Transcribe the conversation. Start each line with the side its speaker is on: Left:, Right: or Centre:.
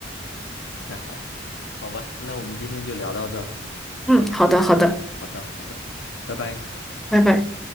Left: 太好了，好吧，那我们今天就聊到这儿。
Centre: 嗯，好的，好的，
Left: 好的，好的，拜拜。
Centre: 拜拜。